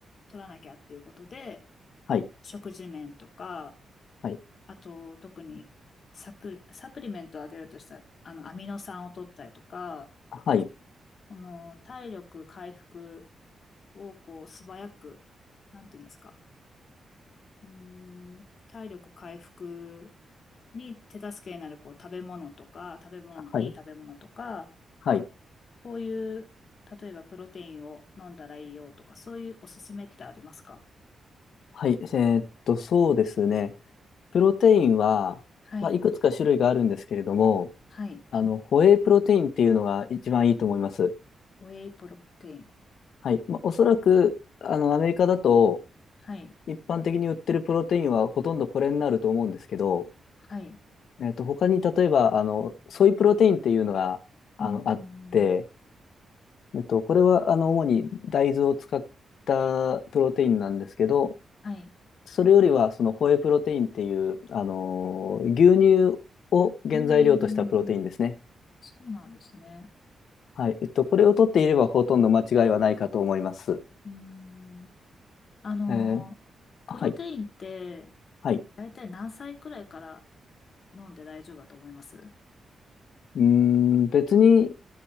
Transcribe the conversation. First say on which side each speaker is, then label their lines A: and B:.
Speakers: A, on the left; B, on the left.
A: 取らなきゃっていうことで、
B: はい、
A: 食事面とか、
B: はい、
A: あと特にサプ、サプリメントをあげるとしたら、あの、アミノ酸を取ったりとか、
B: はい、
A: この体力回復をこう素早く、なんていうんですか、うーん、体力回復に手助けになるこう食べ物とか、食べ物、
B: はい、
A: いい食べ物とか、
B: はい、
A: こういう、例えばプロテインを飲んだらいいよとか、そういうおすすめってありますか
B: はいえーっと、そうですね。プロテインは、
A: はい。
B: まあ、いくつか種類があるんですけれども、
A: はい。
B: あの、ホエイプロテインっていうのが一番いいと思います。
A: ウェイプロテイン。
B: はい。まあ、おそらく、あの、アメリカだと、
A: はい。
B: 一般的に売ってるプロテインはほとんどこれになると思うんですけど、
A: はい。
B: えーっと、他に例えば、あの、ソイプロテインっていうのが、あの、
A: うーん。
B: あって、えっと、これはあの主に大豆を使ったプロテインなんですけど、
A: はい。
B: それよりはそのホエイプロテインっていう、あのー牛乳を原材料としたプロテインですね。
A: うーん。そうなんですね。
B: はい。えっと、これを取っていればほとんど間違いはないかと思います。
A: うーん。あの、
B: えーはい。
A: プロテインって、
B: はい。
A: だいたい何歳くらいから飲んで大丈夫だと思いますう
B: うーん、別に